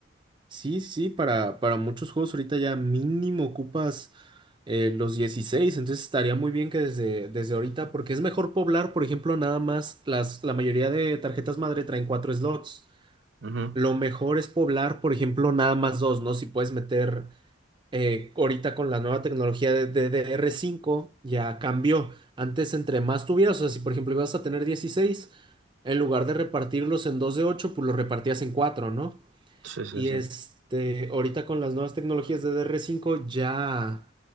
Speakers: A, on the right; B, on the right.
A: Sí, sí, para, para muchos juegos ahorita ya mínimo ocupas eh, los 16, entonces estaría muy bien que desde, desde ahorita, porque es mejor poblar, por ejemplo, nada más las, la mayoría de tarjetas madre traen cuatro slots.
B: Ujú.
A: Lo mejor es poblar, por ejemplo, nada más dos, ¿no? Si puedes meter eh, ahorita con la nueva tecnología de DDR5, ya cambió. Antes, entre más tuvieras, o sea, si por ejemplo ibas a tener 16, en lugar de repartirlos en dos de ocho, pues los repartías en cuatro, ¿no?
B: Sí, sí,
A: Y
B: sí.
A: este, ahorita con las nuevas tecnologías de dr cinco ya,